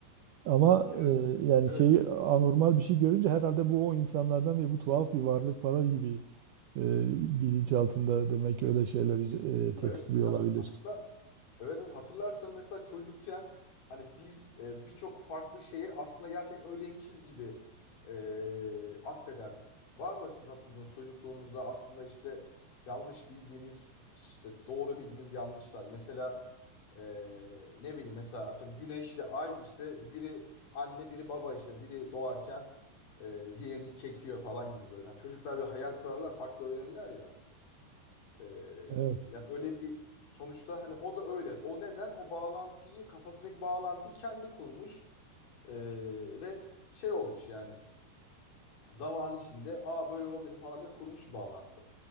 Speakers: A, on the right; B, on the left.
A: Ama
B: ya,
A: e, yani
B: evet,
A: şeyi anormal bir şey görünce herhalde bu o insanlardan ve bu tuhaf bir varlık falan gibi e, bilinçaltında demek ki öyle şeyler e, tetikliyor
B: evet hocam
A: olabilir.
B: hatırla Evet evet hatırlarsanız mesela çocukken hani biz e, birçok farklı şeyi aslında gerçekten öyleymişiz gibi e, atfederdik. Var mı sizin hatırladığınız çocukluğunuzda aslında işte yanlış bildiğiniz işte doğru bildiğiniz yanlışlar. Mesela e, ne bileyim mesela atıyorum güneşle ay işte biri anne biri baba işte biri doğarken e, diğerini çekiyor falan gibi böyle. Hani çocuklar bir hayal kurarlar farklı öğrenirler ya. Ee,
A: Evet,
B: yani öyle bir sonuçta hani o da öyle. O neden? O bağlantıyı kafasındaki bağlantıyı kendi kurmuş Ee, ve şey olmuş yani. Zaman içinde aa böyle olabilir falan diye kurmuş bir bağlantı.